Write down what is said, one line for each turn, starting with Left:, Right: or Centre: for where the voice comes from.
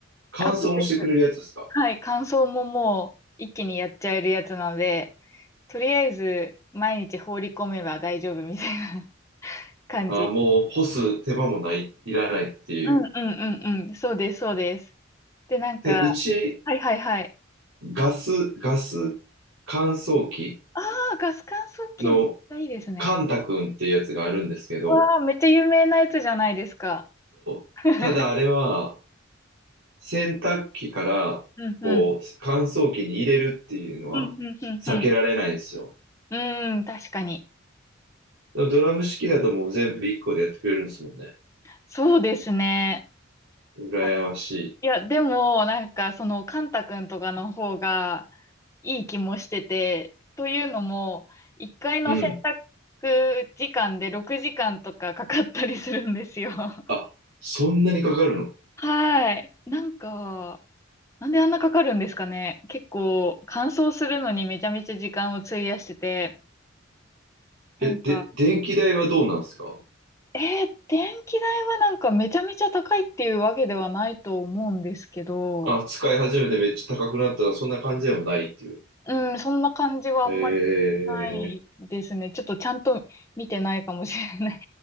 Right: 乾燥もしてくれるやつですか。
Left: あ、そうです。はい、乾燥ももう一気にやっちゃえるやつなので、とりあえず毎日放り込めば大丈夫みたいな <laughs> 感じ。
Right: あ、もう干す手間もない、いらないっていう。
Left: うんうんうんうん。そうです、そうです。で、なんか、
Right: で、うち、
Left: はいはいはい。
Right: ガス、ガス乾燥機
Left: ああ、ガス乾燥機めっちゃいいですね。
Right: のカンタ君っていうやつがあるんですけど、
Left: わあ、めっちゃ有名なやつじゃないですか。
Right: そう。
Left: <laughs>
Right: ただあれは、洗濯機から、
Left: うんうん。
Right: こう、乾燥機に入れるっていうのは避けられないんですよ。
Left: うんうんうんうん。うーん、確かに。
Right: でもドラム式だともう全部1個でやってくれるんですもんね。
Left: そうですね。
Right: 羨まし
Left: あいや、でも、なんか、その、カンタ君とかの方が、いい気もしてて、というのも、1回の洗
Right: い。うん。
Left: 濯時間で6時間とかかかったりするんですよ。<laughs>
Right: あ、そんなにかかるの
Left: はい。なんか、なんであんなかかるんですかね。結構、乾燥するのにめちゃめちゃ時間を費やしてて、なんか、
Right: え、で、電気代はどうなんですか
Left: えー電気代はなんかめちゃめちゃ高いっていうわけではないと思うんですけど、
Right: あ、使い始めてめっちゃ高くなったらそんな感じでもないっていう。
Left: うん、そんな感じはあんまり
Right: えー、
Left: ないですね。ちょっとちゃんと見てないかもしれない